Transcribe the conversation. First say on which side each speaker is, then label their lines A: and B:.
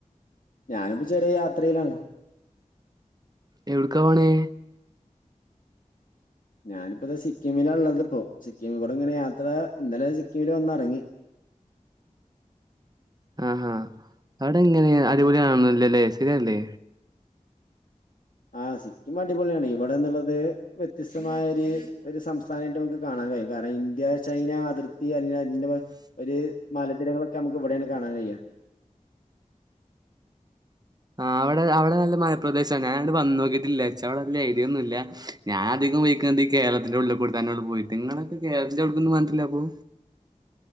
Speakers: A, on the left (about 80°); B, on the right (about 30°).
A: ഞാനിപ്പ ചെറ്യേ യാത്രയിലാണ്.
B: എവിടക്കാ പോണേ
A: ഞാനിപ്പോ ഇതേ സിക്കിമിലാ ഉള്ളത് ഇപ്പോ സിക്കീമി കൂടെ ഇങ്ങനെ യാത്ര ഇന്നലെ സിക്കിമില് വന്നിറങ്ങി
B: ആ ആ അവിടെ എങ്ങനെ അടിപൊളി ആളൊന്നും ഇല്ലല്ലേ ശരിയല്ലേ
A: ആ സിക്കിം അടിപൊളിയാണ് ഇവിടെന്നുള്ളത് വ്യത്യസ്തമായ ഒരു ഒരു ഒരു സംസ്ഥാനമായിട്ട് നമുക്ക് കാണാം അതേ കാരണം ഇന്ത്യ ചൈന അതിർത്തി അല്ലെങ്കിൽ അതിന്റെ ഒരു മലനിരകളൊക്കെ നമുക്ക് ഇവിടെയാണ് കാണാൻ കഴിയുക
B: ആഹ് അവിടെ അവിടെ നല്ല മ ലപ്രദേശമാണ് ഞാനവിടെ വന്ന് നോക്കിട്ടില്ല എനിച്ച് അവിടെ വല്ല്യ ഐഡിയ ഒന്നുമില്ല ഞാന് അധികം പോയേക്കുന്നത് കേരളത്തിന്റെ ഉള്ളിൽക്കൂടെ ത ന്നെയാണ് പോയിട്ട് നിങ്ങളൊക്കെ കേരളത്തിന്റെ അവിടേക്കൊന്നും വന്നിട്ടില്ല അപ്പോ